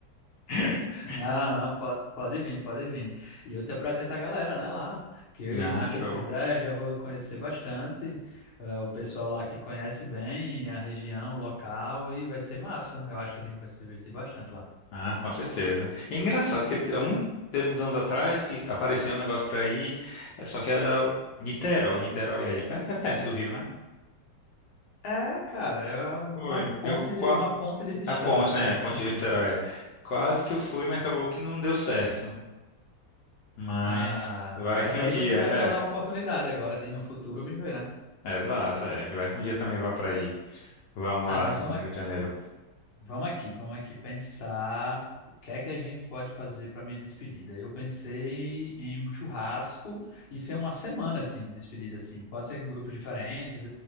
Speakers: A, on the left; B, on the left.
A: <laughs>
B: Não, não, pode, pode vir, pode vir. E eu te apresento a galera, né, lá, que eu,
A: Ah,
B: se Deus
A: show.
B: quiser, já vou conhecer bastante, eh, o pessoal lá que conhece bem a região, o local, e vai ser massa. Eu acho que a gente vai se divertir bastante lá.
A: Ah, com certeza. E é engraçado que há muito- teve uns anos atrás que apareceu um negócio pra ir, é, só que era Niterói. Niterói é, pe- é perto do Rio, né?
B: É, cara, é uma
A: Foi.
B: ponte
A: Eu,
B: de,
A: qua-
B: uma ponte de distância.
A: a ponte, né? É A ponte
B: <laughs>
A: de Niterói. é. Quase que eu fui, mas acabou que não deu certo. Mas
B: Ah,
A: vai
B: mas
A: que
B: aí
A: um dia.
B: você vai
A: É,
B: ter uma nova oportunidade agora de no futuro me ver, né?
A: é, exato. É. Vai que um dia também vá pra aí. Vá morar
B: Ah, mas
A: também
B: vamos.
A: no Rio de Janeiro.
B: Vamos aqui, vamos aqui pensar o que é que a gente pode fazer para minha despedida. Eu pensei em um churrasco, isso é uma semana assim de despedida assim. Pode ser com grupos diferentes,